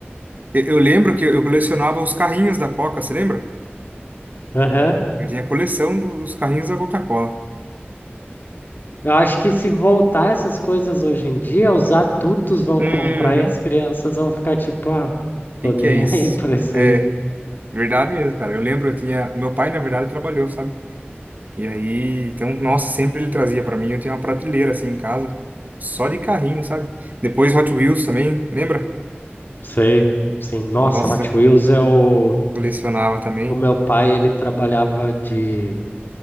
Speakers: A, on the right (about 40°); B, on the left (about 50°).
A: eu, eu lembro que eu colecionava os carrinhos da Coca, você lembra?
B: "Ah, Aham.
A: Eu tinha coleção do- dos carrinhos da Coca-Cola.
B: Eu acho que se voltar essas coisas hoje em dia, os adultos vão
A: Uhum.
B: comprar e as crianças
A: O
B: vão ficar tipo, ah,
A: Que
B: tô nem
A: que é isso?
B: aí <laughs> pra isso
A: É,
B: aí.
A: verdade mesmo, cara. Eu lembro, eu tinha, meu pai na verdade trabalhou, sabe? E aí, então, nossa, sempre ele trazia pra mim. Eu tinha uma prateleira assim em casa, só de carrinho, sabe? Depois Hot Wheels também, lembra?
B: Sei. Sim. Nossa,
A: Nossa,
B: Hot Wheels é o.
A: colecionava também.
B: O meu pai, ele trabalhava de